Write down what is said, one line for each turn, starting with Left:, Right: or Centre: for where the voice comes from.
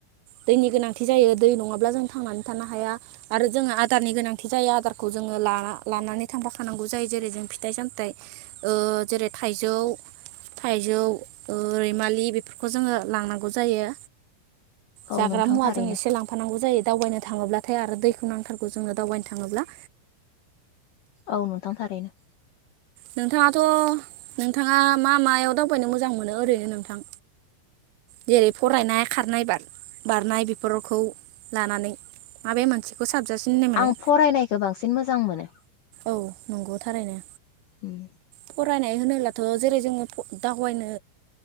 Right: दैनि गोनांथि जायो दै नङाब्ला जों थांनानै थानो हाया आरो जोङो आदारनि गोनांथि जायो आदारखौ जोङो लानानै थांफा थानांगौ जायो जेरै जों फिथाइ सामथाइ ओ जेरै थाइजौ थाइजौ ओ रैमालि बेफोरखौ जोङो लांनांगौ। जायो।
Left: औ
Right: जाग्रा
Left: नोंथां
Right: मुवाजों
Left: थारैनो
Right: एसे लांफानांगौ जायो। दावबायनो थाङोब्लाथाय आरो दैखौ नांथारगौ जोंनो दावबायनो थाङोब्ला।
Left: औ नोंथां थारैनो।
Right: नोंथाङाथ नोंथाङा मा मायाव दावबायनो मोजां मोनो ओरैनो नोंथां जेरै फरायनाय खारनाय बारनाय बेफोरखौ लानानै माबे मोनसेखौ? साबजासिन होननाय मोनो
Left: आं फरायनायखौ बांसिन मोजां मोनो।
Right: औ नंगौ थारैनो।
Left: उम
Right: फरायनाय होनोब्लाथ जेरै जोङो दावबायनो